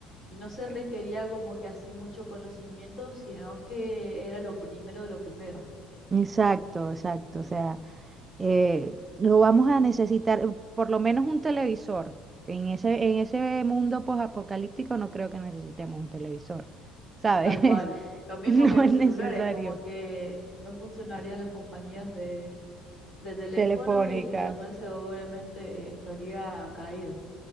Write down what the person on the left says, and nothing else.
y no se requería como que así mucho conocimiento, sino que era lo primero de lo primero,
tal cual.
Lo mismo
que los
celulares,
como que no funcionarían las compañías de, de teléfono
y el internet seguramente estaría caído.